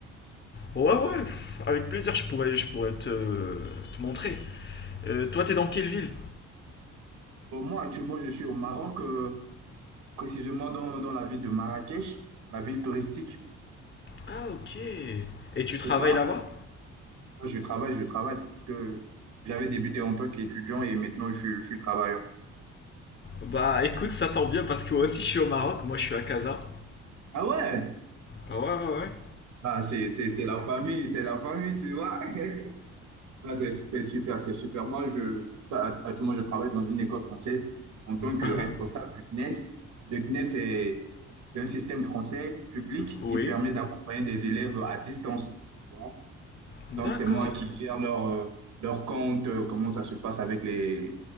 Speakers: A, on the left; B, on the right.
A: Ouais, ouais, pff, avec plaisir, je pourrais, je pourrais te, te montrer. Euh, toi, t'es dans quelle ville?
B: Bon, moi, actuellement, je suis au Maroc, euh, précisément dans, dans la ville de Marrakech, la ville touristique.
A: Ah, ok. Et tu travailles
B: Et toi?
A: là-bas?
B: Moi, je travaille, je travaille, parce que j'avais débuté en tant qu'étudiant et maintenant, je, je suis travailleur.
A: Bah écoute, ça tombe bien parce que moi aussi je suis au Maroc, moi je suis à Casa.
B: Ah ouais?
A: Ah Ouais, ouais, ouais.
B: Ah, c'est, c'est, c'est la famille, c'est la famille, tu vois. <laughs> Ah, c'est c'est super, c'est super. Moi, je, ça, act- actuellement, je travaille dans une école française en tant que
A: Uhum.
B: responsable du CNED. Le CNED, c'est c'est un système français public
A: Oui.
B: qui permet d'accompagner des élèves à distance. tu vois.
A: D'accord.
B: Donc, c'est moi qui gère leur, euh, leur compte, euh, comment ça se passe avec les,